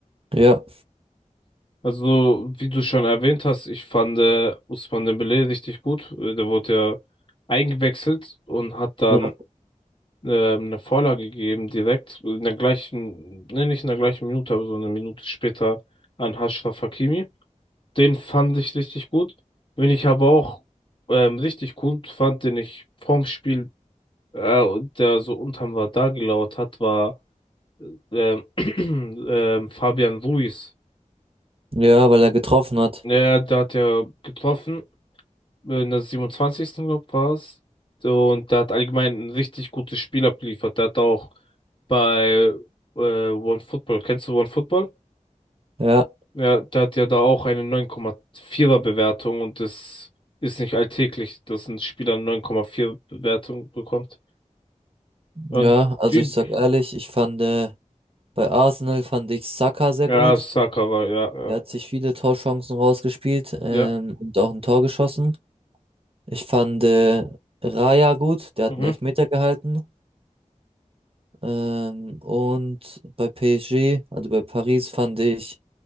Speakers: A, on the right (about 45°); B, on the left (about 40°).
A: Ja,
B: Also, wie du schon erwähnt hast, ich fand äh, Ousmane Dembélé richtig gut. Äh, Der wurde ja eingewechselt und hat dann
A: ja,
B: ähm, eine Vorlage gegeben direkt in der gleichen, ne, nicht in der gleichen Minute, aber so eine Minute später an Achraf Hakimi. Den fand ich richtig gut. Wenn ich aber auch ähm, richtig gut fand, den ich vorm Spiel, äh, und der so unterm Radar gelauert hat, war ähm, <clears throat> ähm, Fabian Ruiz.
A: ja, weil er getroffen hat.
B: Äh, der hat ja getroffen, äh, in der siebenundzwanzigsten glaube war es. Und der hat allgemein ein richtig gutes Spiel abgeliefert. Der hat auch bei äh, One Football, kennst du One Football?
A: Ja,
B: Ja, der hat ja da auch eine 9,4er Bewertung und das ist nicht alltäglich, dass ein Spieler eine 9,4 Bewertung bekommt.
A: ja,
B: Und
A: also
B: G-
A: ich sag ehrlich, ich fand äh, bei Arsenal fand ich Saka sehr
B: ja,
A: gut.
B: Saka war, ja, ja,
A: Er hat sich viele Torchancen rausgespielt ähm,
B: ja,
A: und auch ein Tor geschossen. Ich fand äh, Raya gut, der
B: mhm,
A: hat einen Elfmeter gehalten. Ähm, und bei PSG, also bei Paris, fand ich